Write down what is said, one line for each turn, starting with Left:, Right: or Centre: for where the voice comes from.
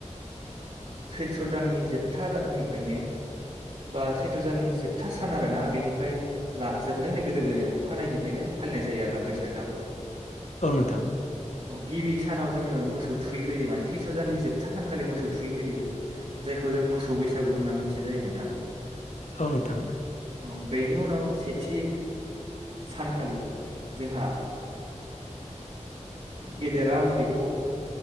Right: सैथ्र दाननि जोबथानिफ्रायनो बा सैथ्र दाननि जोबथा सान आरोना बेनिफ्राय जोबनाय लोगो लोगोनो अखानायैफ्रायनो फालिनाय जायो आरो बैसाग दानखौ
Left: औ नोंथां
Right: औ गिबि सानाव जोङो मोसौ थुैग्रोयो माने सैस्थ्र''जाननि जोबथा सानखालि मोसौ थुयैग्रोयो जाय जों मोसौ बैसागु होनना मिथिनाय जायो नोंथां।
Left: औ नोंथां
Right: औ बेनि उनाव सेथि सानखालि जोंहा गेदेरा उन्दैखौ